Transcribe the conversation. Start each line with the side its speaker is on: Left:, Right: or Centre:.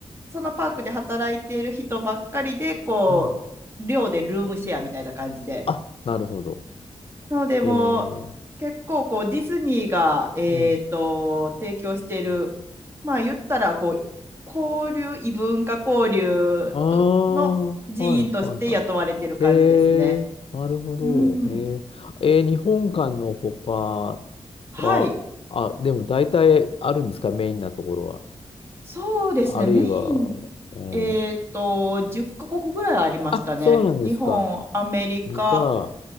Right: そのパークで働いている人ばっかりで、こう、
Left: うん。
Right: 寮でルームシェアみたいな感じで。
Left: あ、なるほど。
Right: なので、
Left: へえ。
Right: もう結構こうディズニーが、えっと、
Left: うん。
Right: 提供している、まあ言ったらこう、交流、異文化交流との人員として雇われている感じですね。
Left: ああ、はいはいはいへえ、なるほど。
Right: うん。
Left: へえ、えー日本館の他
Right: はい。
Left: は、あ、でも大体あるんですか、メインなところは。
Right: そうですね。
Left: あるいは、
Right: メイン、
Left: うん。
Right: えっと、10カ国ぐらいありましたね。
Left: あ、そうなんですか。
Right: 日本、アメリカ、
Left: 理科、